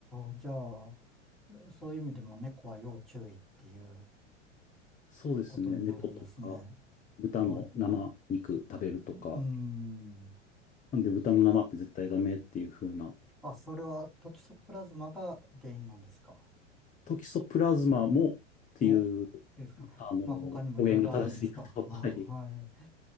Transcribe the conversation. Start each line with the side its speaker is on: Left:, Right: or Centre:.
Centre: あ、じゃあ、そういう意味でも猫は要注意っていう
Left: そうですね。
Centre: ことになるんですね。
Left: 猫とか、豚の生肉食べるとか。
Centre: はい。うーん。
Left: なんで、豚の生って絶対ダメっていう風な。
Centre: あ、それはトキソプラズマが原因なんですか
Left: トキソプラズマもっていう、
Centre: も、いいですか。
Left: あの、
Centre: まあ、他にもいろいろあるんですか。
Left: 表現が正しいかと。
Centre: あ、
Left: はい。
Centre: はい。